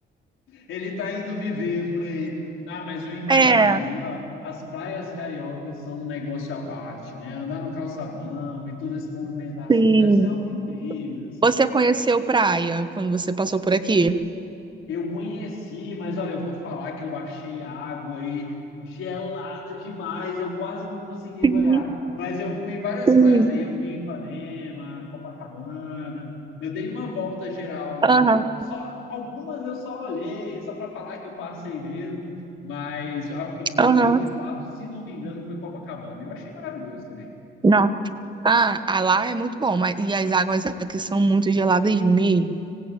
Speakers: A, on the left; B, on the right.
A: Ele tá indo viver por aí. Ah, mas eu imagino.
B: É,
A: E ó, as praias cariocas são um negócio à parte, né? Andar no calçadão e toda essa movimentação
B: sim,
A: deve ser algo incrível, assim.
B: Você conheceu praia quando você passou por aqui?
A: Eu conheci, mas olha, eu vou falar que eu achei a água aí gelada demais, eu quase não consegui
B: sim,
A: banhar. Mas eu fui em várias
B: sim.
A: praias aí, eu fui em Ipanema, Copacabana, eu dei uma volta geral, nem-
B: Aham,
A: só algumas eu só olhei, só para falar que eu passei mesmo, mas ah, porque eu banhei
B: aham.
A: de fato, se não me engano, foi Copacabana. Eu achei maravilhoso também.
B: Nossa, Ah, a lá é muito bom, mas e as águas aqui são muito geladas mesmo.